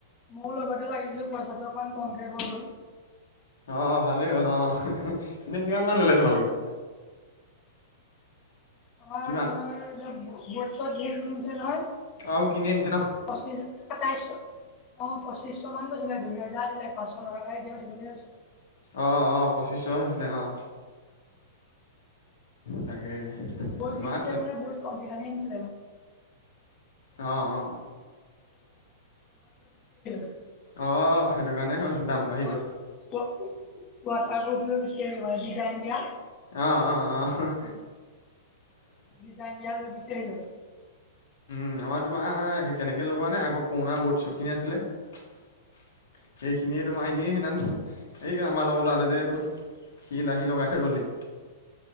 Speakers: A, on the left; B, on the left.
A: মোৰ লগতে লাগি দিলো পইচাটো অকমান কমকে গ গল-
B: অ ভালে হ'ল অ এনেই কিমান মান ললে তোমালোকক-
A: আমাৰ
B: কিমান
A: তোমাৰ বত ভেৰছে নহয়।
B: আৰু কিনি আনিছে ন
A: পঁচিছ সাতাইশশ অঁ পঁচি- তিশ মান গৈছিলে দুই হেজাৰ দিলে পাঁচশ টকাকাই দিয় দছো।
B: আহ অঁ পঁশিছ ন আঁহ তাকে
A: ব
B: আমাৰ
A: কিনছে মানে বহুত কমফিডেঞ্চত
B: অঁ অঁ
A: <unintelligible>
B: অ', সেইটো কাৰণেই হ'ল দাম
A: <unintelligible>
B: বাঢ়ি গ'ল
A: ডিজাইন দিয়া।
B: অ' অ' অ', অহ'।
A: ডিজাইনয় দিয়ালৈ বিচাৰিলে
B: উম, আমাৰ তোমাৰ সেই তেনেকে লগোৱা নাই আকৌ পুৰণা বৰ্ড-চৰ্ট খিনি আছিলে। সেইখিনিয়ে তোমাৰ এনেই একাৰ আমাৰ লগত ওলাওটে যে এইটো, সি লাহি লগাই থৈ গ'লহি।